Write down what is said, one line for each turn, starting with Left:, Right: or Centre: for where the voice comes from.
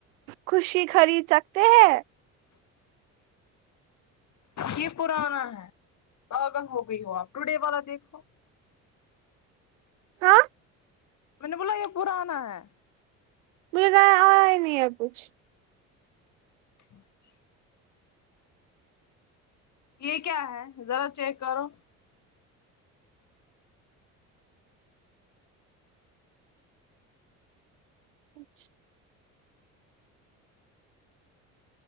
Right: خوشی خرید سکتے ہیں
Left: یہ پرانا ہے پاگل ہو گئی ہو آپ ٹوڈے والا دیکھو
Right: ہاں
Left: مینے بولا یہ پرانا ہے
Right: مجھے آ ہی نہیں ہے کچھ
Left: اچھا یہ کیا ہے ذرا چیک کرو
Right: کچھ